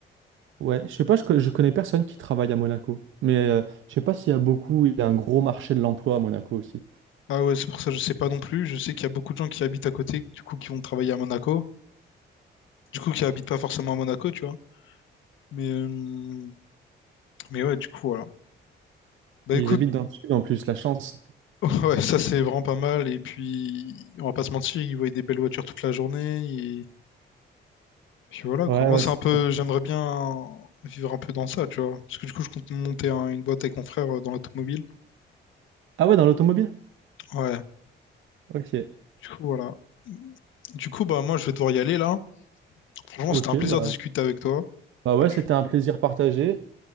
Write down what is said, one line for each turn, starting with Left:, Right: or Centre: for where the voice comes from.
Right: Ouais, je sais pas, je, co- je connais personne qui travaille à Monaco. Mais euh, je sais pas s'il y a beaucoup, il y a un gros marché de l'emploi à Monaco aussi.
Left: Ah ouais, c'est pour ça que je sais pas non plus. Je sais qu'il y a beaucoup de gens qui habitent à côté, du coup qui vont travailler à Monaco, du coup qui habitent pas forcément à Monaco, tu vois. Mais euh, mais ouais, du coup voilà. Bah
Right: Et
Left: écoute.
Right: Ils habitent dans le sud en plus, la chance.
Left: <laughs> Ouais, ça c'est vraiment pas mal. Et puis, on va pas se mentir, ils voyaient des belles voitures toute la journée. Et puis voilà,
Right: Ouais,
Left: quoi. Moi,
Right: ouais,
Left: c'est
Right: c'est
Left: un peu,
Right: sûr.
Left: j'aimerais bien vivre un peu dans ça, tu vois. Parce que du coup, je compte monter un- une boîte avec mon frère euh, dans l'automobile.
Right: Ah ouais, dans l'automobile?
Left: Ouais,
Right: Ok.
Left: du coup, voilà. Du coup, bah, moi, je vais devoir y aller là. Franchement,
Right: Ok,
Left: c'était un plaisir
Right: bah.
Left: de discuter avec toi.
Right: Bah ouais,
Left: Et puis,
Right: c'était un plaisir partagé.